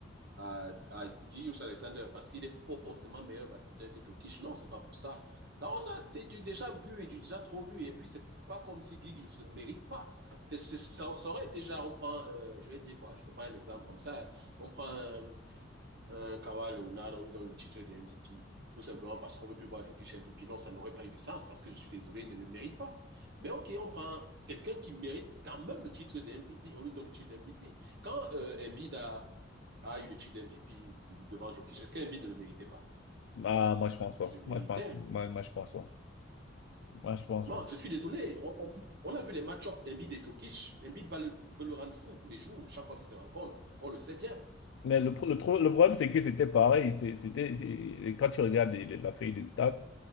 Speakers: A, on the right; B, on the left.
A: à, à Gilles Alexander parce qu'il est forcément meilleur basketteur que Jokic. Non, c'est pas pour ça. Là, on a, c'est du déjà vu et du déjà trop vu. Et puis, c'est pas comme si Gigius ne mérite pas. C'est, c'est, ça, ça, aurait été déjà, on prend, euh, je vais dire quoi, je te prends un exemple comme ça. Hein. On prend Euh, un Kawhi Leonard, on lui donne le titre de MVP, tout simplement parce qu'on ne veut plus voir Jokic MVP. Non, ça n'aurait pas eu de sens parce que je suis désolé, il ne le mérite pas. Mais OK, on prend quelqu'un qui mérite quand même le titre de MVP, on lui donne le titre de MVP. Quand euh, Embiid a, a eu le titre de MVP devant Jokic, est-ce qu'Embiid ne le méritait pas
B: Ah, moi, je pense pas.
A: Il le méritait.
B: Moi, je pense, moi, moi, je pense pas. Moi, je pense pas.
A: Je suis désolé. On a, on a vu les match-ups Embiid et Jokic. Embiid va le, veut le rendre fou tous les jours, chaque fois qu'ils se rencontrent. On le sait bien.
B: Mais le, pro- le, tro- le problème, c'est que c'était pareil. C'est- C'était, c'est- et quand tu regardes les- les- la feuille de stats,